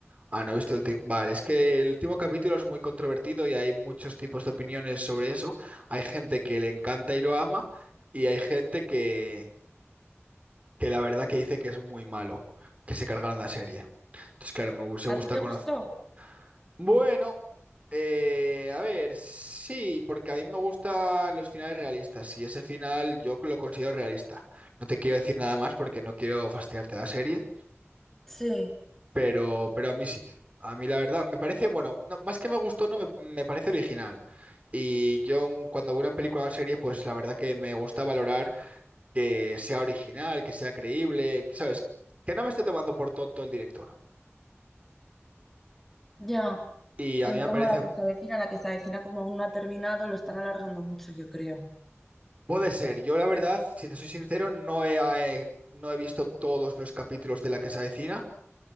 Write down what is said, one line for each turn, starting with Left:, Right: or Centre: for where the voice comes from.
Right: Ah, no he visto el último. Vale, es que el último capítulo es muy controvertido y hay muchos tipos de opiniones sobre eso. Hay gente que le encanta y lo ama, y hay gente que, que la verdad que dice que es muy malo, que se cargaron la serie. Entonces, claro, me hubiese gustado
Centre: ¿A ti te
Right: conocer.
Centre: gustó?
Right: Bueno, eh, a ver, sí, porque a mí me gustan los finales realistas y ese final yo lo considero realista. No te quiero decir nada más porque no quiero fastidiarte la serie,
Centre: Sí,
Right: pero, pero a mí sí. A mí la verdad me parece, bueno, no, más que me gustó, no me, me parece original. Y yo cuando veo una película o serie, pues la verdad que me gusta valorar que sea original, que sea creíble, que, ¿sabes? Que no me esté tomando por tonto el director.
Centre: ya.
Right: Y a
Centre: eh,
Right: mí me
Centre: como
Right: parece,
Centre: la que se avecina, la que se avecina como aún no ha terminado, lo están alargando mucho, yo creo.
Right: puede ser. Yo la verdad, si te soy sincero, no he, eh, no he visto todos los capítulos de La Casa Vecina,